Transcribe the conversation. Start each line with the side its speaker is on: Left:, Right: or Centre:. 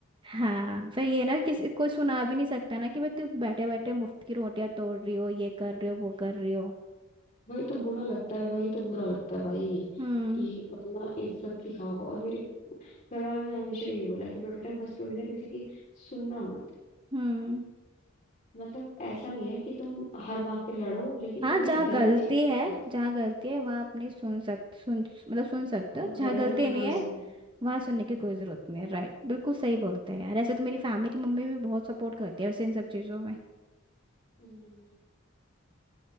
Right: हाँ फिर ये ना किसी कोई सुना भी नहीं सकता ना कि भाई तुम बैठे बैठे मुफ्त की रोटियां तोड़ रही हो ये कर रही हो वो कर रही हो
Left: वही तो बुरा लगता है वही तो बुरा लगता है भाई
Right: हम्म
Left: कि अपना इज्जत की खाओ और मेरे घर वालों ने हमेशा ये बोला कि बेटा बस कभी ना किसी की सुनना मत
Right: हम्म
Left: मतलब ऐसा नहीं है कि तुम हर बात पे लड़ो लेकिन
Right: हाँ
Left: कभी
Right: जहाँ गलती
Left: गलत चीज पे
Right: है
Left: मत।
Right: जहाँ गलती है वहाँ अपनी सुन सक सुन मतलब सुन सकते
Left: हम
Right: हो जहाँ
Left: खड़े
Right: गलती
Left: हैं ना तुम्हारे
Right: नहीं है
Left: साथ
Right: वहाँ सुनने की कोई जरूरत नहीं है राइट बिल्कुल सही बोलते हैं यार ऐसे तो मेरी फैमिली मेरी मम्मी भी बहुत सपोर्ट करती है वैसे इन सब चीज़ों में
Left: हम्म।